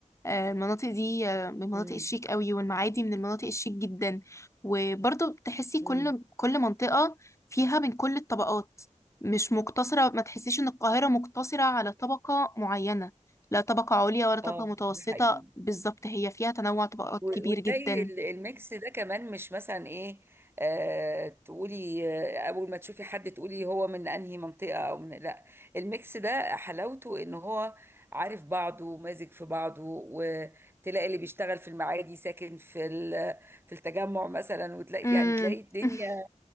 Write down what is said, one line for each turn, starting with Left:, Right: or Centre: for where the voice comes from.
Left: آه، المناطق دي آه، من المناطق
Right: امم
Left: الشيك قوي والمعادي من المناطق الشيك جدا وبرضو بتحسي كل
Right: امم
Left: كل منطقة فيها من كل الطبقات مش مقتصرة ما تحسيش ان القاهرة مقتصرة على طبقة معينة لا طبقة عليا ولا طبقة
Right: اه
Left: متوسطة
Right: ده حقيقي
Left: بالظبط هي فيها تنوع طبقات
Right: و-
Left: كبير
Right: وتلاقي
Left: جدا
Right: ال- الميكس ده كمان مش مثلا ايه آه تقولي آه اول ما تشوفي حد تقولي هو من انهي منطقة او من لا الميكس ده حلاوته ان هو عارف بعضه ومازج في بعضه وتلاقي اللي بيشتغل في المعادي ساكن في ال- في التجمع مثلا وتلاقي
Left: مم.
Right: يعني تلاقي الدنيا
Left: <laughs>